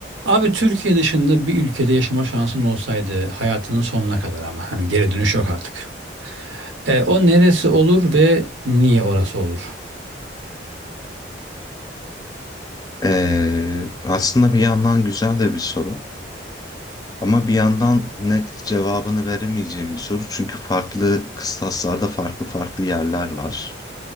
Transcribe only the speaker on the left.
Ee, aslında bir yandan güzel de bir soru ama bir yandan net cevabını veremeyeceğim bir soru çünkü farklı kıstaslarda farklı farklı yerler var